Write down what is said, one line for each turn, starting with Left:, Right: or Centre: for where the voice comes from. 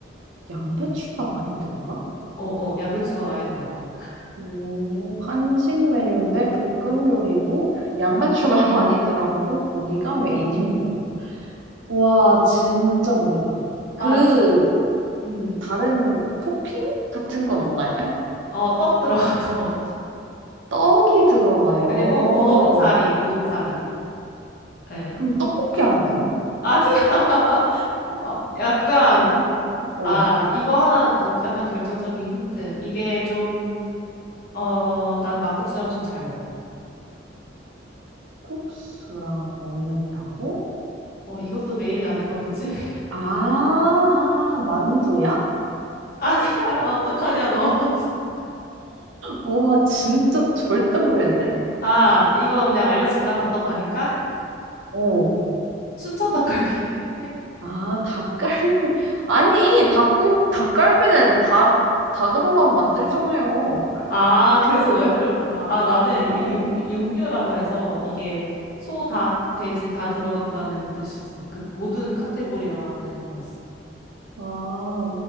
Right: 양배추가 많이 들어가?
Left: 어, 어, 양배추가 많이 들어가.
Right: 오, 한식 메뉴인데 볶음 요리고 양배추가 <laughs> 많이 들어가고 고기가 메인인 메뉴. 와, 진짜 모르겠다. 그
Left: 아, 지- 음.
Right: 다른 토핑 같은 건 없나요?
Left: 어, 떡 들어가, 떡. <laughs>
Right: 떡이 들어가요.
Left: 그리고 우동사리, 우동사리. 예.
Right: 그럼 떡볶이 아니야?
Left: 아니야. <laughs> 아, 약간
Right: 우동수 어,
Left: 아, 이거 하나 어, 약간 결정적인 힌트. 이게 좀, 어, 난 막국수랑 좀 잘 먹어.
Right: 콩국수랑 먹는다고?
Left: 어, 이것도 메인이 아닌가 보지? <laughs>
Right: 아, 만두야?
Left: 아니야, 어떡하냐, 너. <laughs>
Right: 와, 진짜 절대 모르겠는데?
Left: 아, 이거 그냥 알려줄까? 답답하니까?
Right: 어,
Left: 춘천 닭갈비. <laughs>
Right: 아, 닭갈비. <laughs> 아니, 닭국, 닭갈비는 닭, 닭으로만 만들잖아요.
Left: 아, 그래서 너 헷갈렸구나. 아, 나는
Right: 어,
Left: 이게 육, 육류라고 해서 이게 소, 닭, 돼지 다 들어간다는 뜻이었어. 그 모든 카테고리라는 거였어.
Right: 아,